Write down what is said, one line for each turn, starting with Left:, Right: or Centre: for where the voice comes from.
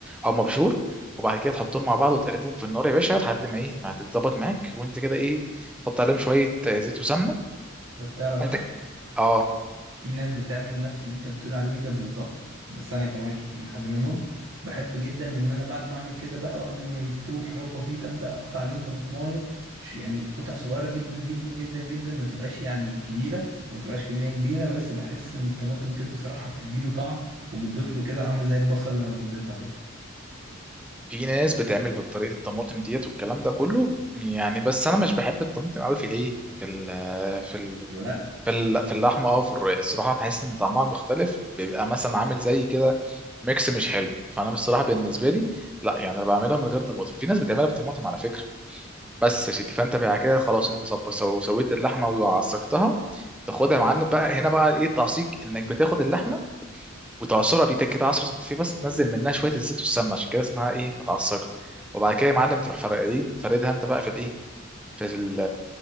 Centre: او مبشور وبعد كده تحطهم مع بعض وتقلبهم في النار يا باشا لحد ما ايه ما هتتظبط معاك وانت كده ايه حط عليهم شويه آه، زيت وسمنه
Right: ده بتعرف
Centre: انت
Right: بقى
Centre: اه
Right: في ناس بتعمل نفس اللي انت بتقول عليه ده بالظبط بس انا كمان حد منهم بحب جدا ان انا بعد ما اعمل كده بقى وقبل ما يستووا بحاجات بسيطه ابدا اقطع عليهم طماطمايه ش- يعني قطع صغيره جدا جدا جدا جدا ما تبقاش يعني كبيره وما تبقاش كميه كبيره بس بحس ان الطماطم كده صراحه بتديله طعم وبتضيف له كده عامله زي البصل لما بتضيفها
Centre: في ناس بتعمل بطريقه الطماطم ديت والكلام ده كله يعني بس انا مش بحب الطماطم قوي في الايه في ال... في
Right: كده
Centre: في ال- في اللحمه اه في الر- الصراحه بحس ان طعمها مختلف بيبقى مثلا عامل زي كده ميكس مش حلو فانا بصراحه بالنسبه لي لا يعني انا بعملها من غير طماطم في ناس بتعملها بطماطم على فكره بس يا سيدي فانت بقى كده خلاص انت صب سو سويت اللحمه وعصقتها تاخدها يا معلم بقى هنا بقى ايه التعصيق انك بتاخد اللحمه وتعصرها بايدك كده عصره خفيف بس تنزل منها شويه الزيت والسمنه عشان كده اسمها ايه متعصقه وبعد كده يا معلم تروح فرق ايه فردها انت بقى في الايه في ال